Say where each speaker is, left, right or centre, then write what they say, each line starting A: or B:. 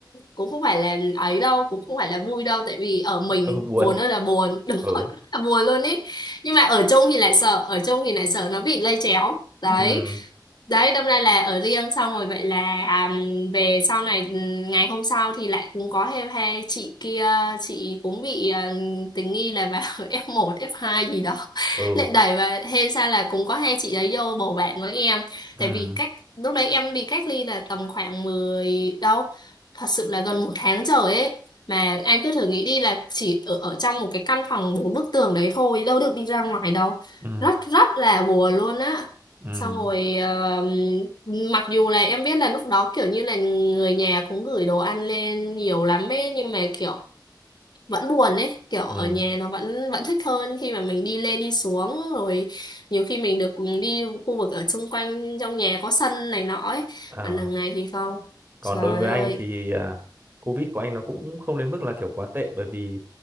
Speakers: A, on the left; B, on the right.
A: cũng không phải là ấy đâu cũng không phải là vui đâu tại vì ở mình
B: ừ buồn
A: buồn ơi là buồn <laughs> đúng
B: ừ
A: rồi rất là buồn luôn ý nhưng mà ở chung thì lại sợ ở chung thì lại sợ nó bị lây chéo
B: ừ
A: đấy đấy đâm ra là ở riêng xong rồi vậy là à, về sau này ừ, ngày hôm sau thì lại cũng có thêm hai chị kia chị cũng bị à, tình nghi là vào <laughs> F1 F2 gì đó
B: ừ
A: lại đẩy và hên sao là cũng có hai chị đấy vô bầu bạn với em
B: ừ
A: tại
B: ừ
A: vì cách lúc đấy em bị cách ly là tầm khoảng 10 đâu thật sự là gần một tháng trời ấy mà anh cứ thử nghĩ đi là chỉ ở, ở trong một cái căn phòng bốn bức tường đấy thôi đâu được đi ra ngoài đâu
B: ừ
A: rất rất là buồn luôn á
B: ừ
A: xong rồi ờ, mặc dù là em biết là lúc đó kiểu như là người nhà cũng gửi đồ ăn lên nhiều lắm ấy nhưng mà kiểu vẫn buồn ấy kiểu ở
B: ừ
A: nhà nó vẫn vẫn thích hơn khi mà mình đi lên đi xuống rồi nhiều khi mình được đi khu vực ở xung quanh trong nhà có sân này nọ ấy
B: Ờ.
A: còn đằng này thì không
B: còn
A: trời
B: đối với anh
A: ơi
B: thì à, Covid của anh nó cũng không đến mức là kiểu quá tệ bởi vì